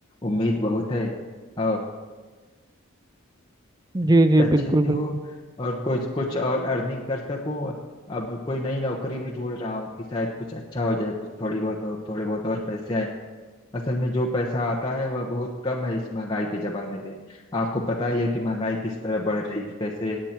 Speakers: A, on the left (about 20°); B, on the right (about 15°).
A: उम्मीद बहुत है और
B: जी जी
A: अच्छे
B: बिल्कुल
A: से हो
B: बिल्कुल
A: और कुछ कुछ और अर्निंग कर सकूं अब कोई नई नौकरी भी ढूंढ रहा हूँ कि शायद कुछ अच्छा हो जाए कुछ थोड़ी बहुत और थोड़े बहुत और पैसे आए असल में जो पैसा आता है वह बहुत कम है इस महंगाई के जमाने में आपको पता ही है कि महंगाई किस तरह बढ़ रही है कैसे